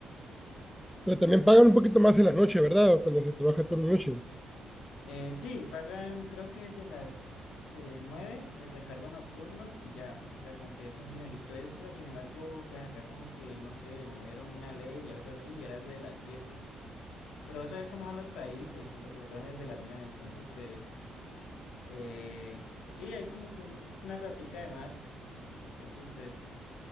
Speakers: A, in the centre; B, on the left.
A: Pero también pagan un poquito más en la noche, ¿verdad? Cuando se trabaja turno de noche.
B: Eh, sí, pagan, creo que es de las eh, nueve el recargo nocturno y ya, o sea, como que es un dinerito extra, sin embargo, pues acá como que, no sé, movieron una ley y algo así y era de las siete, pero sabes cómo son los países y lo colocaron desde las nueve, entonces pues, eh, sí, hay como que un- una plática de más, entonces pues,